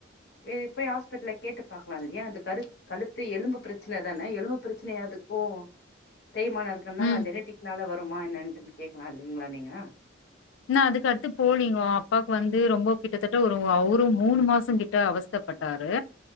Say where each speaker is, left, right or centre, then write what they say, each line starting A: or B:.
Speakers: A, on the left (about 55°); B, on the left (about 70°).
A: வே போய் ஹாஸ்பிட்டல்ல கேட்டு பாக்கலா இல்லைய அ கரு கழுத்து எலும்பு பிரச்சனை தான எலும்பு பிரச்சனைய அதுக்கு தேய்மான இருக்கு ன்னா
B: ம்
A: ஜெனெட்டிக்னால வருமா என்னட்டுன்னு கேக்கலா இல்லீங்களா நீங்க
B: இன்னா அதுக்கு அடுத்து போலீங்கோ அப்பாக்கு வந்து ரொம்ப கிட்டத்தட்ட ஒரு ஒரு மூணு மாசோங் கிட்ட கிட்ட அவஸ்தப் பட்டாரு